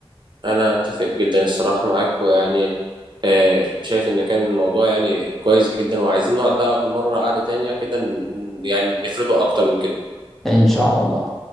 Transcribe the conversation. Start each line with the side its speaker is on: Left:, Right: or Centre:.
Right: انا اتفق جدا الصراحه معاك ويعني آه، شايف ان كان الموضوع يعني كويس جدا وعايزين نقعد بقى مره قعده تانية كده ن- ن- يعني نفرده اكتر من كده
Centre: ان شاء الله